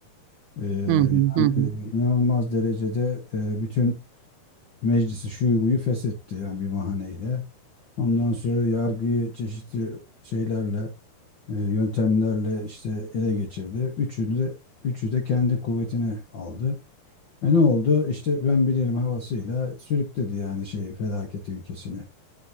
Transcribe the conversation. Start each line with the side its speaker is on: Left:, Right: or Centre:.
Left: E,
Right: Hı hı
Left: yani
Right: hı hı.
Left: inanılmaz derecede e, bütün meclisi şuyu buyu feshetti yani bir bahaneyle. Ondan sonra yargıyı çeşitli şeylerle, e, yöntemlerle işte ele geçirdi. Üçünü de üçü de kendi kuvvetine aldı. E ne oldu? İşte ben bilirim havasıyla sürükledi yani şeyi felaket ülkesini.